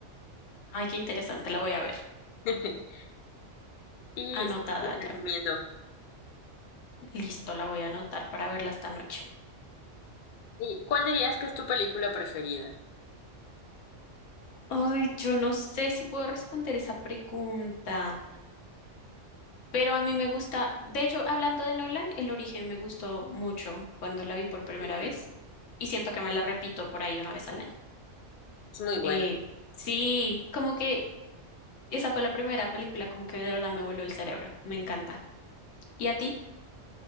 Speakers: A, on the left; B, on the left.
A: Ay, qué interesante, la voy a ver.
B: <laughs> y
A: Anotada
B: sí, lo recomiendo.
A: ya. Listo, la voy a anotar para verla esta noche.
B: ¿Y cuál dirías que es tu película preferida?
A: Ay, yo no sé si puedo responder esa pregunta, pero a mí me gusta, de hecho, hablando de Nolan, El Origen me gustó mucho cuando la vi por primera
B: Muy
A: vez
B: buena.
A: y siento que me la repito por ahí una vez al año.
B: Es muy buena.
A: Eh, sí, como que esa fue la primera película, como que de verdad me voló el cerebro. Me encanta. ¿Y a ti?